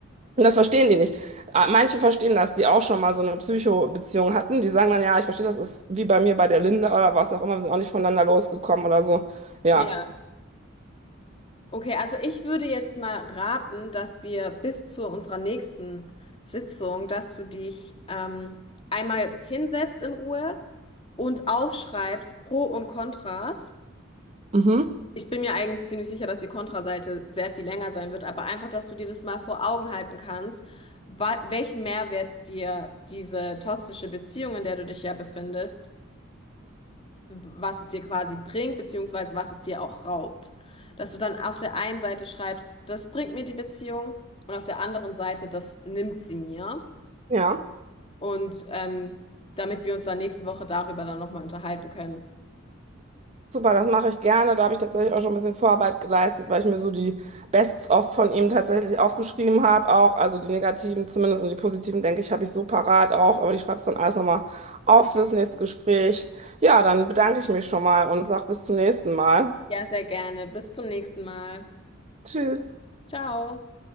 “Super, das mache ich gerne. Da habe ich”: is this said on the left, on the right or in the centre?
Right